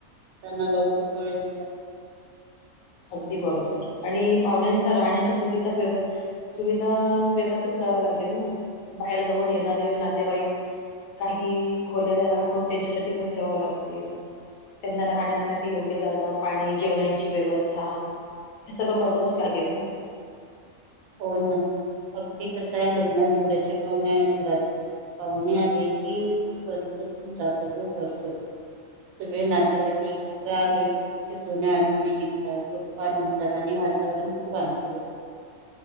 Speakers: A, on the right; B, on the left.
A: त्यांना लवकर कळेल तर.
B: अगदी बरोबर आणि पाहुण्यांचा राहण्याची सुविधा व्यवस्तीत. सुविधा व्यवस्थित कराव लागेल ना बाहेर जाऊन येणारे नातेवाईक काही खोल्या राखून त्यांच्यासाठी पण ठेवाव लागतील. त्यांना राहण्यांसाठी योग्य जागा पाणी जेवणाची व्यवस्था हा हे सगळं बघावंच लागेल ना
A: हो ना अगदी कस आहे लग्न घराचे पाहुणे घरात पाहुणे आले की गबजून होऊन जात घर सगळं. सगळे नातेवाईक एकत्र आले. की जुन्या आठवणी निघतात गप्पा रमतात आणि वातावरण खूप आनंदी होते.